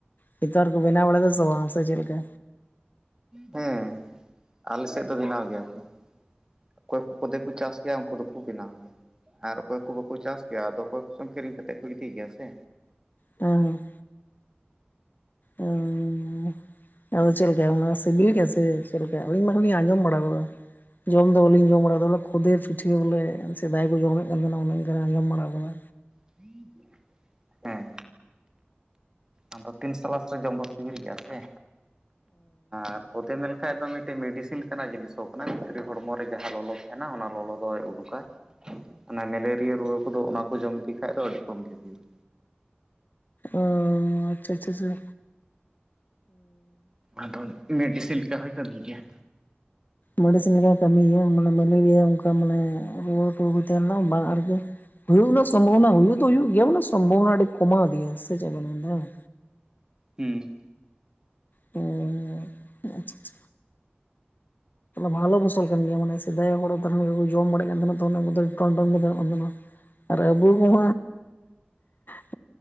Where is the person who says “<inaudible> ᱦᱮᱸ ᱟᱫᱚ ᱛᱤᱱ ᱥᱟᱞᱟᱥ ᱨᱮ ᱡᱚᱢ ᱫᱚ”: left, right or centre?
Right